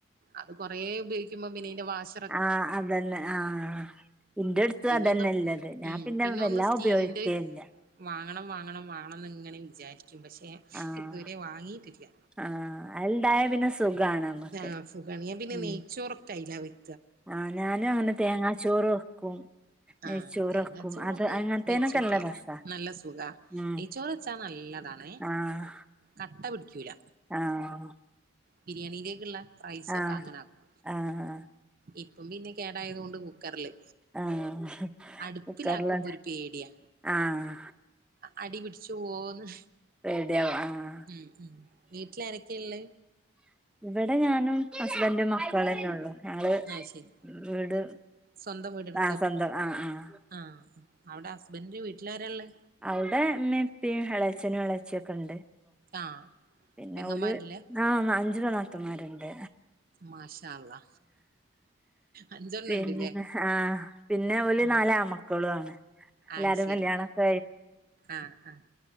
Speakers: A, on the right (about 45°); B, in the centre.
A: അത് കൊറേ ഉപയോഗിക്കുമ്പൊ പിന്നതിന്റെ വാഷ
B: ആഹ് അതന്നെ ആഹ് ഇന്റെ അട്ത്തും
A: പിന്നെ
B: അതന്നെല്ലത്
A: ഒന്ന്
B: ഞാൻ
A: ഉം
B: പിന്നെ വല്ലാ
A: ഒന്ന് സ്റ്റീലിന്റെ
B: ഉപയോഗിക്കലില്ല
A: വാങ്ങണം വാങ്ങണം വാങ്ങണം ഇങ്ങനെ വിചാരിക്കും പക്ഷെ
B: ആഹ്
A: ഇതുവരെ വാങ്ങിയിട്ടില്ല
B: ആഹ് അതുണ്ടായ പിന്നെ സുഖാണ് നമ്മക്ക്
A: ആഹ് സുഖാണ് ഞാൻ പിന്നെ
B: ഉം
A: നെയ്ച്ചോറൊക്കെ അയില വെ-
B: ആഹ് ഞാനും അങ്ങനെ തേങ്ങാച്ചോറ് വെക്കും
A: ആഹ്
B: നെയ്ച്ചോറ്
A: തേങ്ങാച്ചോറൊന്നും
B: വെക്കും അത് അങ്ങനത്തേനൊക്കെ
A: വെച്ച് നോക്കയില്ല
B: നല്ല രസാ
A: നല്ല സുഖാ
B: ഉം
A: നെയ്യ്ച്ചോറ് വെച്ചാ നല്ലതാണ്
B: ആഹ്
A: കട്ട പിടിക്കൂല
B: ആഹ്
A: ബിരിയാണിയിലേക്കുള്ള റൈസൊക്കെ
B: ആഹ്
A: അങ്ങനെ ആക്കും
B: ആഹ്
A: ഇപ്പം പിന്നെ കേടായത് കൊണ്ട് കുക്കറ്ല്
B: ആഹ്
A: അടുപ്പിലാക്കുമ്പൊ
B: കുക്കറില്
A: ഒരു പേടിയാ
B: ആഹ്
A: അടി പിടിച്ചു പോവോന്ന്
B: റെഡിയാവും ആഹ്
A: ഉം വീട്ടില് ആരെക്കെയ ഉള്ള?
B: ഇവടെ ഞാനും ഹസ്ബൻറും മക്കളന്നെ ഉള്ളൂ ഞങ്ങള്
A: ആഹ് ശരി
B: വീട്
A: സ്വന്തം വീടെടുത്ത്
B: ആ സ്വന്തം ആഹ് ആഹ്
A: ആഹ് അവടെ ഹസ്ബൻ്റിന്റെ വീട്ടിലാരള്ളേ?
B: അവ്ടെ ഇമ്മിം ഇ പ്പിം എളച്ചനും എളച്ചി ഒക്കെ ഇണ്ട്
A: ആഹ്
B: പിന്നെ
A: പെങ്ങന്മാരില്ലേ
B: ഓല് ആ അഞ്ച് നാത്തൂമാര്ണ്ട്
A: മാഷാ അള്ളാ അഞ്ചെണ്ണം
B: പിന്നെ
A: ഉണ്ട്ല്ലേ
B: ആ പിന്നെ ഓല്
A: ഉം
B: നാലാമ ക്കളു ആണ്
A: ആഹ്
B: എല്ലാരും
A: ശരി
B: കല്യാണൊക്കെ
A: ആഹ് ആഹ്